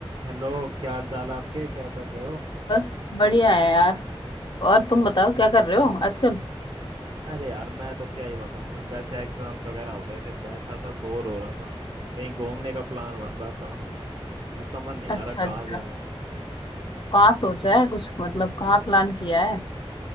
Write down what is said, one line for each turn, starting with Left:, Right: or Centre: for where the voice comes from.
Right: Hello क्या हाल चाल आपके क्या कर रहे हो
Left: बस बढ़िया है यार और तुम बताओ क्या कर रहे हो आजकल
Right: अरे यार मैं तो क्या ही बताऊं मैं वैसे एग्जाम्स वगैरह हो गए थे बैठा था बोर हो रहा था कहीं घूमने का प्लान बन रहा था तो समझ नहीं आ
Left: अच्छा
Right: रहा कहाँ
Left: अच्छा
Right: जाए
Left: कहाँ सोचा है कुछ मतलब कहाँ प्लान किया है